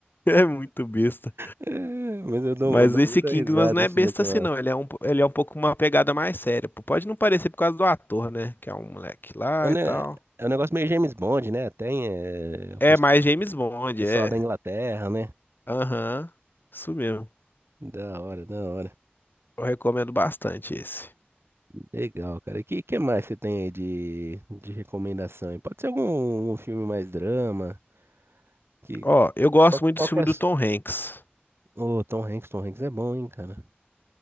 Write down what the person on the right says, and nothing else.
É, Mas eu dou,
eu dou
muita
risada
assistindo
aquela.
É um ne-
é um negócio meio James Bond, né? Tem é, o
pes-
pessoal
da Inglaterra, né?
Da hora, da hora.
Legal, cara. E que, que mais você tem aí de, de recomendação? aí? Pode ser algum um filme mais drama? Que,
qual,
qual
que é,
Ô, Tom Hanks, Tom Hanks é bom, hein, cara.